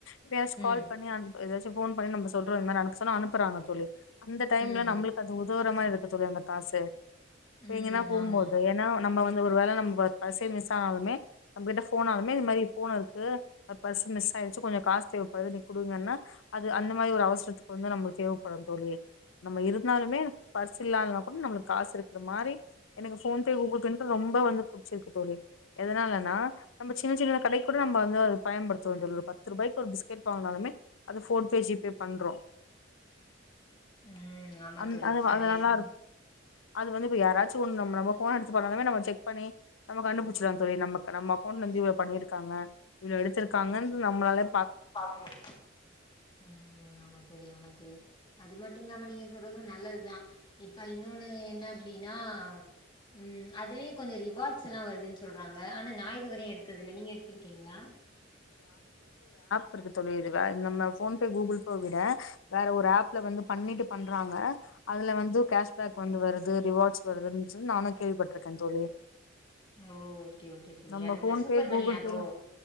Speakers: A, on the left; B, on the left.
A: எதாயாச் கால்
B: ம்
A: பண்ணி அந் எதாச் சேர் போன் பண்ணி நம்ப சொல்றோ இந்மாரி அனுப்ப சொன்ன அனுப்புறாங்க தோழி அந்த டைம்ல
B: ம்
A: நம்மளுக்கு அது உதவு ந்த மாரி இருக்கு தோழி அந்த காசு இப்ப
B: ம்
A: எங்கன்னா போகுபோது
B: ஆமா
A: ஏன்னா நம்ம வந்து ஒரு வேல நம்ம பர்சே மிஸ் ஆனாலுமே நம்ம கிட்ட ஃபோனாலுமே இந் மாரி போன் இருக்கு பர்ஸ் மிஸ் ஆயிடுச்சு கொஞ்சோ காசு தேவைப்படுது நீங் கொடுங்கன்னா அது அந்த மாரி ஒரு அவசரத்துக்கு வந்து நம்மளுக்கு தேவைப்படும் தோழி நம்ம இருந்தாலுமே பர்ஸ் இல்லானா கூட நம்ளுக் காசு இருக்ற மாரி எனக்கு ஃபோன்பே கூகுள்பே பெண்கள் ரொம்ப வந்து புடுச்சிருக்கு தோழி எதனாலன்னா நம்ம சின்ன சின்ன கடை கூட நம்ம வந்து பயன்படுத்றோ தோழி ஒரு பத்து ரூபாய்க்கு ஒரு பிஸ்கெட் வாங்னாலுமே அது ஃபோன் ஜிபே பண்றோ
B: ம் ஆமா
A: அந்
B: தோழி
A: அது
B: சரியா
A: அது நல்லா இருக்கு
B: சொன்னீங்க
A: அது வந்து இப்ப யாராச்சு ஒண்ணு நம்ம நம் ஃபோன எடுத் எதுபண்ணாலுமே நம்ம செக் பண்ணி நம்ம கண்டுபுடுச்சுருவ தோழி நம்ம க நம்ம போன்லந்து ஜிபே பண்ணிருக்காங்க இல்ல எடுத்தருக்காங்கன் நம்லே
B: பாக்க முடி தோழி ம் ஆமா தோழி ஆமா தோழி அது மட்டு இல்லாம நீங்க சொல்றது நல்லதுதா இப்ப இன்னொன்னு என்ன அப்டின்னா ம் அதலயு கொஞ்சோ ரிவாட்ஸ் எல்லா வருதுன்னு சொல்றாங்க ஆனா நா இதுவரையு எடுத்ததில்ல நீங்க எடுத்திருக்கீங்ளா
A: ப்இருக் தோழி ரிவா நம்ம ஃபோன்பே கூகுள்பே விட வேற ஒரு ஆப்ல வந்து பண்ணிட்டு பண்றாங்க அதுல வந்து கேஷ்பேக் வந்து வருது ரிவாட்ஸ் வருது நானு கேள்விப்பட்டுருக்க தோழி
B: ஓகே ஓகே தோழி
A: நம்ம
B: அது
A: ஃபோன்
B: இந்த super
A: பே Google
B: money ஆபோ
A: பேல